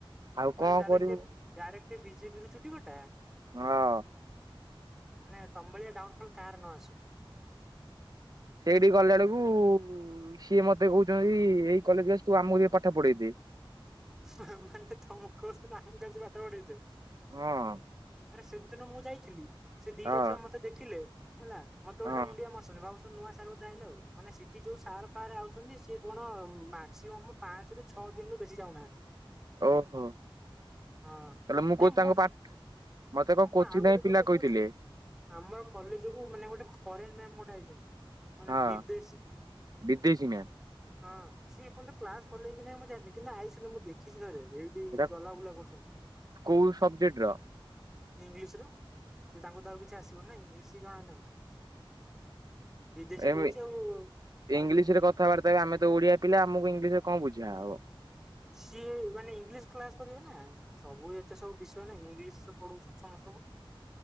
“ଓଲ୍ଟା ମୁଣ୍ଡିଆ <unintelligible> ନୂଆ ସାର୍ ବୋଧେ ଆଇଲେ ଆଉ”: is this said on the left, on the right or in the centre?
Centre